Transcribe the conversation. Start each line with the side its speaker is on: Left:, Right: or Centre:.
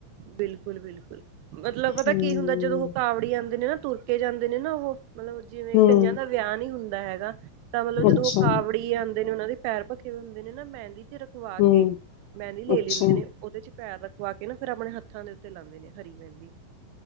Right: ਬਿਲਕੁਲ ਬਿਲਕੁਲ, ਮਤਲਬ ਪਤਾ
Left: ਹਮ
Right: ਕੀ ਹੁੰਦਾ ਜਦੋਂ ਕਾਵੜੀ ਆਂਦੇ ਨੇ ਨਾਂ, ਤੁਰਕੇ ਜਾਂਦੇ ਨੇ ਨਾਂ ਉਹੋ ਮਤਲਬ ਜਿਵੇਂ
Left: ਹਮ
Right: ਕਈਆਂ ਦਾ ਵਿਆਹ ਨਈਂ ਹੁੰਦਾ ਹੈਗਾ ਤਾਂ ਮਤਲਬ ਜਦੋਂ
Left: ਅੱਛਾ
Right: ਓ ਕਾਵੜੀ ਆਂਦੇ ਨੇ ਓਨਾਂ ਦੇ ਪੈਰ ਤੇ ਓ ਹੁੰਦੇ ਨੇ ਨਾਂ ਮਹਿੰਦੀ ਤੇ ਰਖਵਾ ਕੇ
Left: ਹਮ
Right: ਮਹਿੰਦੀ ਲੈ
Left: ਅੱਛਾ
Right: ਲੈਂਦੇ ਨੇ। ਓਦੇ ਚ ਪੈਰ ਰਖਵਾ ਕੇ ਨਾਂ ਫਿਰ ਆਪਣੇ ਹੱਥਾਂ ਦੇ ਉੱਤੇ ਲਾਂਦੇ ਨੇ ਹਰੀ ਮਹਿੰਦੀ।